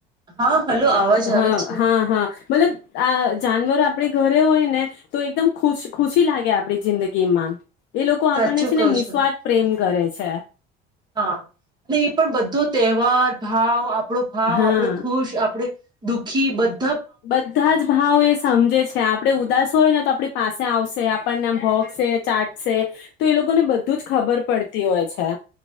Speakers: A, on the right; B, on the left.
A: હા. હલો અવાજ
B: હા
A: આવે છે
B: હા હા મતલબ. આ જાનવરો આપડી ઘરે હોય ને તો એકદમ ખુશ ખુશી લાગે આપડી જિંદગીમાં એ લોકો
A: સાચું
B: આપણને છે ને
A: કહો
B: નિઃસ્વાર્
A: છો
B: પ્રેમ કરે છે. અચ્છા.
A: હા અને એ પણ બધો તહેવાર ભાવ આપડો ભાવ
B: હા
A: આપડે ખુશ આપણેે દુખ છી ખીબદ
B: બધા જ ભાવ એ સમજે છે આપડણેે ઉદાસો હોય ને તો આપણી પાસે આવશે.. આપણને ભોગ છે ચા્ટસે તો એ લોકોને બધું જ ખબર પડતી હોય છે.